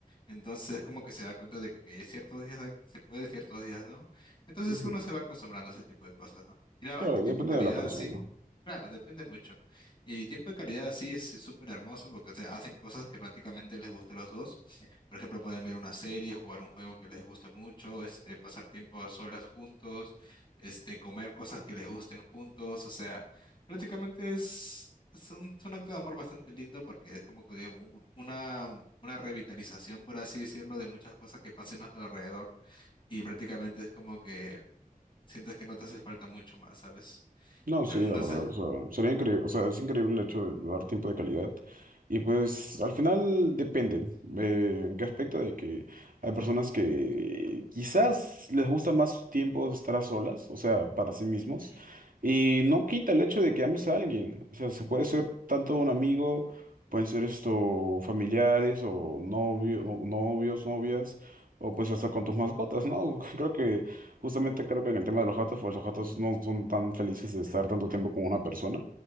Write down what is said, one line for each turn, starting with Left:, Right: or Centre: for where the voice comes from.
Left: entonces es como que se da cuenta de que, que ciertos días hay- se puede, ciertos días no. Entonces
Right: ujú.
Left: uno se va acostumbrando a ese tipo de cosas, ¿no? Y la verdad
Right: Claro,
Left: es que tiempo
Right: depende
Left: de calidad
Right: de la persona.
Left: sí, claro, depende mucho. Y tiempo de calidad sí es es súper hermoso porque se hacen cosas que prácticamente les gusta a los dos. Por ejemplo, pueden ver una serie, jugar un juego que les guste mucho, este, pasar tiempo a solas juntos este, comer cosas que les gusten juntos, o sea, prácticamente es, es un, es un acto de amor bastante lindo porque es como que digo, un- una, una revitalización, por así decirlo, de muchas cosas que pasan a nuestro alrededor y prácticamente es como que sientes que no te hace falta mucho más, ¿sabes?
Right: No,
Left: <laughs>
Right: sí, la
Left: No
Right: verdad,
Left: sé.
Right: o sea, sería increíble, o sea, es increíble el hecho de dar tiempo de calidad. Y pues al final depende, eh, en qué aspecto de que hay personas que quizás les gusta más su tiempo estar a solas, o sea, para sí mismos,
Left: Ujú,
Right: y no quita el hecho de que ames a alguien, o sea, se puede ser tanto un amigo, pueden ser esto familiares o novio, o novios, novias, o pues hasta con tus mascotas, ¿no? <laughs> Creo que Justamente creo que en el tema de los gatos, pues los gatos no son tan felices de estar tanto tiempo con una persona,